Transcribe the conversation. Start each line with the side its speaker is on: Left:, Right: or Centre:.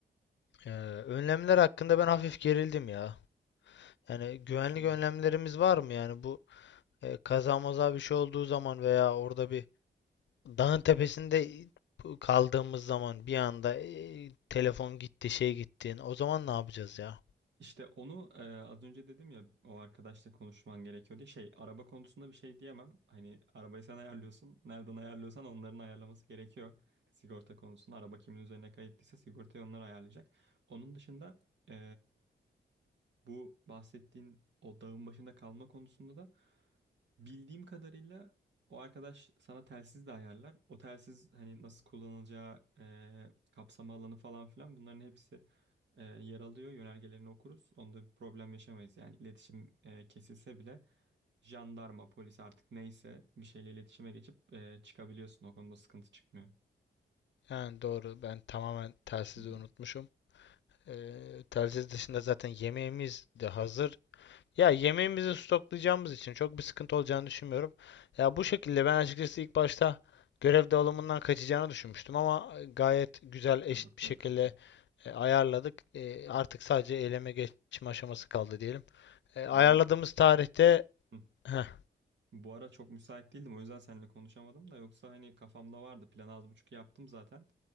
Left: Ee, önlemler hakkında ben hafif gerildim ya. Yani güvenlik
Right: Nasıl yani?
Left: önlemlerimiz var mı? Yani bu e, kaza maza bir şey olduğu zaman veya orada bir dağın tepesinde e, kaldığımız zaman bir anda e, telefon gitti, şey gitti. O zaman ne yapacağız ya?
Right: İşte onu e, az önce dedim ya o arkadaşla konuşman gerekiyor diye şey araba konusunda bir şey diyemem. Hani arabayı sen ayarlıyorsun. Nereden ayarlıyorsan onların ayarlaması gerekiyor. Sigorta konusunda araba kimin üzerine kayıtlıysa sigortayı onlar ayarlayacak. Onun dışında e, bu bahsettiğin o dağın başında kalma konusunda da Bildiğim kadarıyla o arkadaş sana telsiz de ayarlar. O telsiz hani nasıl kullanılacağı, e, kapsama alanı falan filan bunların hepsi e, yer alıyor. Yönergelerini okuruz. Onda bir problem yaşamayız. Yani iletişim e, kesilse bile jandarma, polis artık neyse bir şeyle iletişime geçip e, çıkabiliyorsun. O konuda sıkıntı çıkmıyor.
Left: Yani doğru ben tamamen telsizi
Right: Hı hı.
Left: unutmuşum. Ee, telsiz dışında zaten yemeğimiz de hazır. Ya yemeğimizi stoklayacağımız için çok bir sıkıntı olacağını düşünmüyorum. Ya bu şekilde ben açıkçası ilk başta görev dağılımından kaçacağını düşünmüştüm ama e, gayet güzel eşit
Right: Yok
Left: bir
Right: yok.
Left: şekilde
Right: <laughs>
Left: e, ayarladık. E, artık sadece eyleme geçme aşaması kaldı diyelim. E, ayarladığımız
Right: Ben
Left: tarihte
Right: hı,
Left: heh,
Right: bu ara çok müsait değildim. O yüzden seninle konuşamadım da yoksa hani kafamda vardı. Planı az buçuk yaptım zaten.